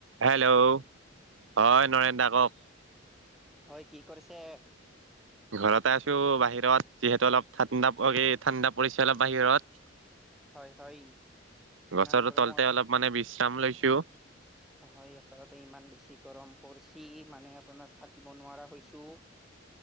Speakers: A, on the right; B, in the centre.
A: Hello, হয় নৰেন দা কওক?
B: হয়, কি কৰিছে?
A: ঘৰতে আছো, বাহিৰত যিহেতু অলপ ঠাণ্ডা, অ' কি ঠাণ্ডা পৰিছে অলপ বাহিৰত।
B: হয় হয় ইমান
A: গছৰ
B: গৰমত
A: তলতে অলপ মানে বিশ্ৰাম লৈছোঁ।
B: হয়, আচলতে ইমান বেছি গৰম পৰিছি মানে আপোনাৰ থাকিব নোৱাৰা হৈছোঁ।